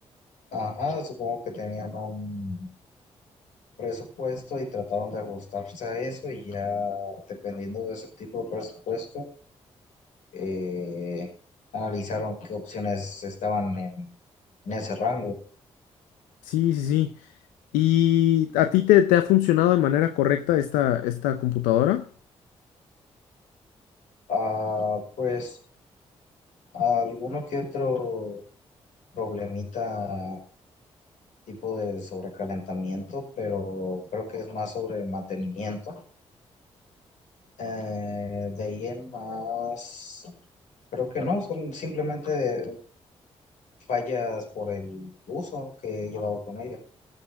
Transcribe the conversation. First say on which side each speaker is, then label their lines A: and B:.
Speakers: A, on the left; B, on the left.
A: Ajá, supongo que tenían un presupuesto y trataron de ajustarse a eso y ya dependiendo de ese tipo de presupuesto, eh, analizaron qué opciones estaban en, en ese rango.
B: Sí, sí, sí. ¿Y a ti te, te ha funcionado de manera correcta esta, esta computadora?
A: Ah, pues alguno que otro problemita tipo de sobrecalentamiento, pero creo que es más sobre el mantenimiento. Eh, de ahí en más, creo que no, son simplemente fallas por el uso que he llevado con ella.